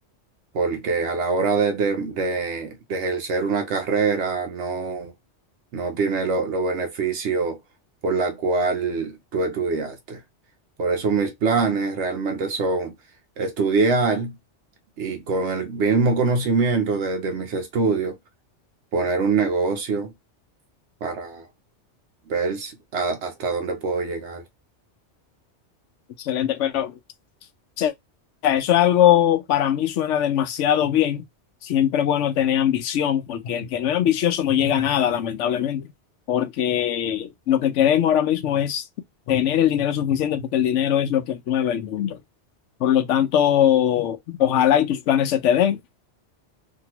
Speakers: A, on the right; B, on the left.
A: porque a la hora de, de- de- de ejercer una carrera no, no tiene lo- los beneficios por la cual tú estudiaste. Por eso mis planes realmente son estudiar y con el mismo conocimiento de, de mis estudios, poner un negocio para ver si- a- hasta dónde puedo llegar.
B: Excelente, pero sea, eso es algo, para mí suena demasiado bien. Siempre es bueno tener ambición, porque el que no es ambicioso no llega a nada, lamentablemente. Porque lo que queremos ahora mismo es tener el dinero suficiente, porque el dinero es lo que mueve el mundo. Por lo tanto, ojalá y tus planes se te den.